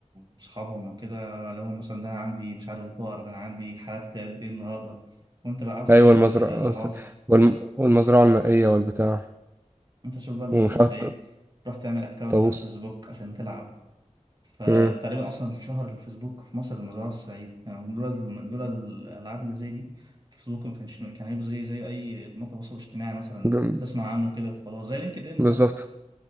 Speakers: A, on the right; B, on the right.
A: واصحابهم وكده لهم مثلا ده أنا عندي مش عارف بقر ده انا عندي حالات قد ايه النهارده وانت بقى عاوز
B: ايوه
A: تشوف
B: المزرعة
A: اللي اللي
B: قصد-
A: حاصل
B: والم- والمزرعة المائية والبتاع
A: انت شوف بقى اللي
B: ومش
A: حصل
B: عارف
A: في ايه تروح تعمل اكونت
B: الطاووس
A: على الفيسبوك عشان تلعب فتقريبا
B: مم.
A: اصلا الشهر الفيسبوك في مصر المزرعه السعيده يعني لولا لولا الالعاب اللي زي دي الفيسبوك ما كانش كان هيبقى زي زي اي موقع تواصل اجتماعي مثلا
B: ب-
A: تسمع عنه كده وخلاص زي لينكد ان
B: بالظبط
A: مثلا